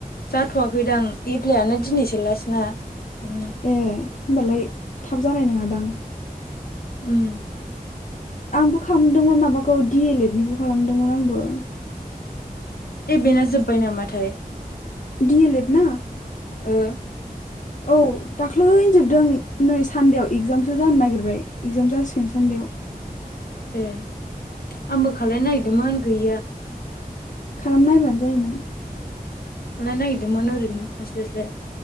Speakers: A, on the left; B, on the left.
A: जाथ'वाखैदां एप्लायानो दिनैसोलासना बिदिनो
B: ए ओमबालाय थाब जानाय नोङा दां?
A: उम
B: आंबो खामदोंमोन माबाखौ डि ए लेएड निखौ खालामदोंमोन आंबो।
A: ए बेना जोब्बाय नामाथाय
B: डिए लेड ना
A: ओ
B: औ दाख्लैनो जोबदों नै सानदेआव एगजामसो जानो नागिरबाय। इगजाम जासिगोन सान्देयाव
A: ए आंबो खालायनो नागिरदोंमोन गैया।
B: खालाम नायबानो जायोमोन
A: खालायनो नागिरदोंमोन ओरैनो थास्लाय थास्लाय